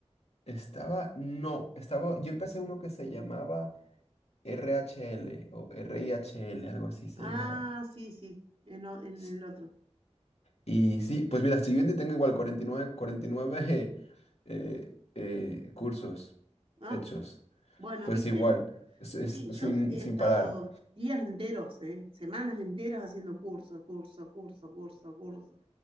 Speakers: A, on the left; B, on the right.
A: estaba, no, estaba, yo empecé uno que se llamaba RHL o RIHL, algo así se
B: Ah,
A: llamaba.
B: sí, sí, en, o- en
A: S-
B: el otro.
A: Y sí, pues mira, estoy viendo y tengo igual 49, 49 <laughs> eh, eh, cursos
B: Ah,
A: hechos.
B: bueno,
A: Pues
B: ¿viste?
A: igual, es, es
B: Sí, yo
A: sin,
B: he
A: sin
B: estado
A: parar.
B: días enteros, ¿eh? Semanas enteras haciendo curso, curso, curso, curso, curso.